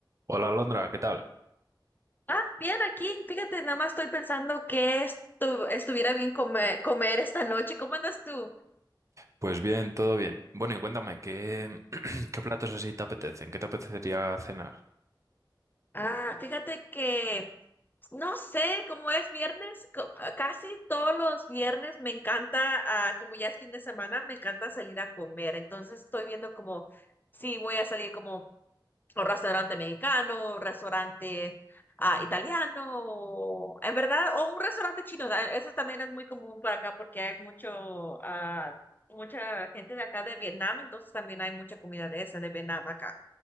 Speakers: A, on the right; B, on the left.
A: Hola Londra, ¿qué tal?
B: Ah, bien, aquí, fíjate, nada más estoy pensando que estu- estuviera bien come- comer esta noche. ¿Cómo andas tú?
A: Pues bien, todo bien. Bueno, y cuéntame, ¿qué, <clears throat> qué platos así te apetecen? ¿Qué te apetecería cenar?
B: Ah, fíjate que, no sé, como es viernes, co- ah, casi todos los viernes me encanta, ah, como ya es fin de semana, me encanta salir a comer. Entonces estoy viendo como, sí, voy a salir como un restaurante mexicano, un restaurante ah, italiano, o- en verdad, o un restaurante chino. da- Eso también es muy común por acá porque hay mucho, ah, mucha gente de acá de Vietnam, entonces también hay mucha comida de esa, de Vietnam acá.